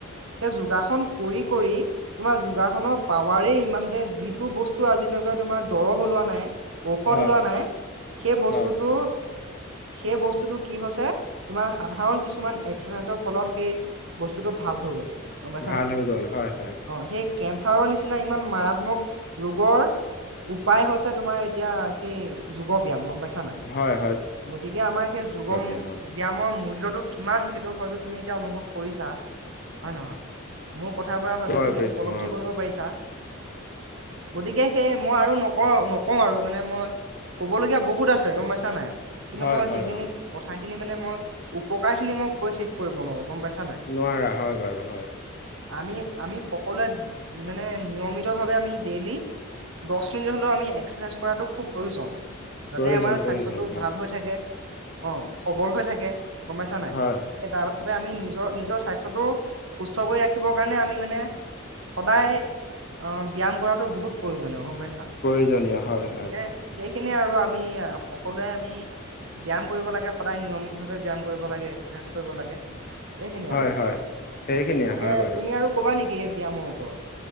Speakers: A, on the right (about 75°); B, on the left (about 45°).
A: স, যোগাসন কৰি কৰি তোমাৰ যোগাসনৰ পাৱাৰে ইমান যোয় যিটো বস্তু আজিলৈকে তোমাৰ দৰব ওলোৱা নাই, ঔষধ,
B: হয়
A: ওলোৱা নাই সেই বস্তুটো
B: হয়
A: সেই বস্তুটো কি হৈছে তোমাৰ সাধাৰণ কিছুমান এক্সাৰচাইজৰ ফলত সেই বস্তুতটো ভাল হৈ গ'ল। গম পাইছা
B: ভাল
A: নাই
B: হৈ গ'ল হয়, হয়।
A: অ সেই কেঞ্চাৰৰ নিচিনা ইমান মাৰাত্মক ৰোগৰ উপায় হৈছে তোমাৰ এতিয়া। সেই যোগ ব্যয়াম গম পাইছা নাই
B: হয় হয়
A: গতিকে আমাৰ সেই যোগ
B: ব্যায়াম অ
A: ব্যয়ামৰ মূল টো কিমান সেইটো হয়তো তুমি এতিয়া অনুভৱ কৰিছা হয়ে, নহয়। মোৰ কথ বুৰা হয়তো
B: কয়
A: তুমি
B: কৰিছো
A: উপলব্ধি
B: অ
A: কৰিব পাৰিছা। গতিকে সেই, মই আৰু নকওঁ, নকওঁ, আৰু মানে মই ক'বলগীয়া বহুত আছে গম পাইছা নাই। কিন্তু
B: হয়
A: মই
B: হয়
A: সেইখিনি
B: অ
A: কথাখিনি মানে মই উপকাৰ খিনি মই কৈ শেষ কৰিব নোৱাৰো গম পাইছো।
B: নোৱাৰা হয় বাৰু হয়।
A: আমি, আমি সকলোৱে মানে নিয়মিতভাৱে আমি ডেইলি দহ মিনিট হলেও আমি এক্সাৰচাইজ কৰাটো খুব প্ৰয়োজন
B: প্ৰয়োজন
A: যাতে আমাৰ
B: প্ৰয়োজন
A: স্বাস্থ্যটো
B: হয়
A: ভাল হৈ থাকে। অ, সবল হৈ থাকে গমাইছা নাই
B: হয়
A: সেই তাৰ বাবোবে আমি নিজৰ নিজৰ স্বাস্থ্য টো সুস্থ কৰি ৰাখিবৰ কাৰণে আমি মানে সদায় অ', ব্যায়াম কৰাতটো বহুত প্ৰয়োজনীয় গম পাইছা।
B: প্ৰয়োজনীয় হয়,
A: গতিকে
B: হয়।
A: সেইখিনিয়ে আৰু আমি সকলোৱে আমি ব্যায়াম কৰিব লাগে সদায় নিয়মিতভাৱে ব্যায়াম কৰিব লাগে, এক্সাৰচাইজ কৰিব লাগে। এইখিনিয়ে
B: হয়,
A: আৰু
B: হয়।
A: কথাখিনি
B: সেইখিনিয়ে।
A: তাকে,
B: হয় বাৰু
A: তুমি আৰু ক'বা নেকি এই ব্যায়ামৰ ওপৰত?